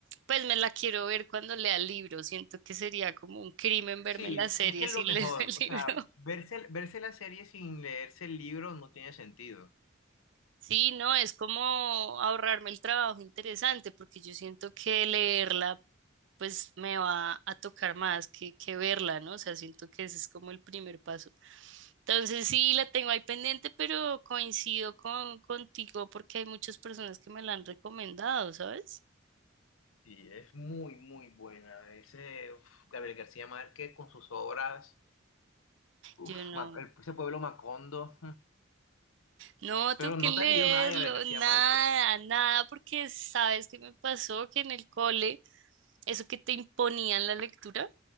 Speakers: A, on the right; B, on the left.
A: pues me la quiero ver cuando lea el libro. Siento que sería como un crimen verme
B: Sí,
A: la serie
B: es que es
A: sin
B: lo mejor.
A: leer el <laughs>
B: O
A: libro.
B: sea, verse, verse la serie sin leerse el libro no tiene sentido.
A: Sí, no, es como ahorrarme el trabajo interesante, porque yo siento que leerla pues me va a tocar más que, que verla, ¿no? O sea, siento que ese es como el primer paso. Entonces sí, la tengo ahí pendiente, pero coincido con, contigo porque hay muchas personas que me la han recomendado, ¿sabes?
B: Y es muy, muy buena. Ese uf, Gabriel García Márquez con sus obras, uf,
A: Yo no.
B: Ma- el- ese pueblo Macondo.
A: No, tengo
B: Pero
A: que
B: no
A: leerlo,
B: te has leído nada de Gabriel García
A: nada,
B: Márquez.
A: nada, porque sabes qué me pasó que en el cole, eso que te imponían la lectura,